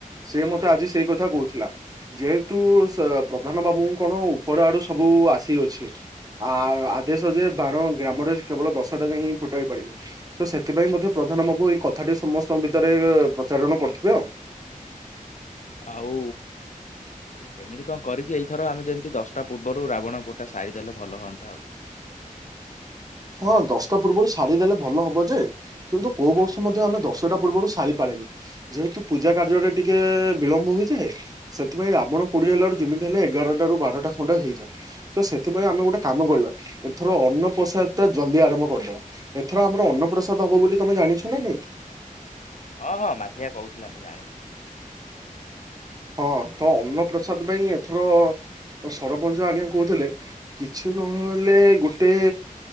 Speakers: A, on the right (about 25°); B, on the left (about 60°).
A: ସେ ମତେ ଆଜି ସେଇ କଥା କହୁଥିଲା। ଯେହେତୁ ପ୍ରଧାନ ବାବୁଙ୍କୁ କଣ ଉପର ଆଡୁ ସବୁ କୁ ଆସିଅଛି। ଆ ଆଦେଶ ଯେ ବାଣ ଗ୍ରାମରେ କେବଳ ଦଶଟା ଯାଏ ହିଁ ଫୁଟା ହେଇପାରିବ ତ ସେ ସେଥିପାଇଁ ମଧ୍ୟ ପ୍ରଧାନ ବାବୁ ଏଇ କଥାଟି ସମସ୍ତଙ୍କ ଭିତରେ ପ୍ରଚାରଣ କରିଥିବ।
B: ଆଉ। କେମିତି କଣ କରିକି ଏଇଥର ଆମେ ଯେମିତି ଦଶଟା ପୂର୍ବରୁ ରାବଣ ପୋଡ଼ି ଟା ସାରିଦେଲେ ଭଲ ହୁଅନ୍ତା ଆଉ।
A: ହଁ ଦଶଟା ପୂର୍ବରୁ ସାରି ଦେଲେ ଭଲ ହବ ଯେ କିନ୍ତୁ କୋଉଁ ବର୍ଷ ମଧ୍ୟ ଆମେ ଦଶଟା ପୂର୍ବରୁ ସାରି ପାରୁନୁ। ଯେହେତୁ ପୂଜା କାର୍ଯ୍ୟରେ ଟିକେ ବିଳମ୍ବ ହୋଇଯାଏ। ସେଥିପାଇଁ ରାବଣ ପୋଡ଼ି ହେଲା ଯେମିତି ହେଲେ ଏଗାରଟ ରୁ ବାରଟା ଖଣ୍ଡେ ହେଇଯାଏ। ତ ସେଥିପାଇଁ ଆମେ ଗୋଟେ କାମ କରିବା। ଏଥର ଅନ୍ନପ୍ରସାଦ ଟା ଜଲଦି ଆରମ୍ଭ କରିଦବା। ଏଥର ଆମର ଅନ୍ନପ୍ରସାଦ ହବ ବୋଲି ତମେ ଜାଣିଛ ନା ନାଇଁ?
B: ଓଁ ହଁ ମାଧିଆ କହୁଥିଲା ମୁଁ ଜାଣିଛି।
A: ହଁ ତ ଅନ୍ନପ୍ରସାଦ ଭାଇ ଏଥର ସରପଞ୍ଚ ଆଜ୍ଞା କହୁଥିଲେ କିଛି ନହେଲେ ଗୋଟେ